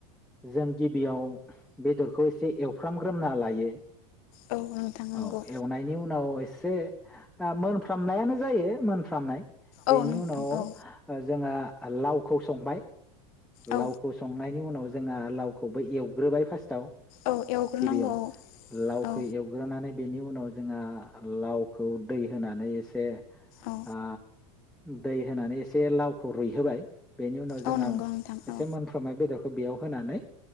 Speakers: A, in the centre; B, on the left.
A: जों गिबियाव बेदरखौ एसे एवफ्रामग्रोमना लायो।
B: औ नोंथां नंगौ
A: औ एवनायनि उनाव एसे। एसे मोनफ्रामनायानो जायो मोनफ्रामनाय। बेनि
B: औ नोंथां
A: उनाव
B: औ
A: जोंहा लावखौ संबाय।
B: औ
A: लावखौ संनायनि उनाव। जोंहा लावखौबो एवग्रोबाय फास्थआव।
B: औ एवग्रोनांगौ
A: गिबियाव लावखौ
B: औ
A: एवग्रोनानै बेनि उन उनाव जोंहा लावखौ दै होनानै एसे।
B: औ
A: ओ। दै होनानै एसे लावखौ रुइहोबाय। बेनि उनाव जोंहा
B: औ नंगौ नोंथां
A: एसे
B: औ
A: मोनफ्रोमनाय बेदरखौ बेयाव होनानै।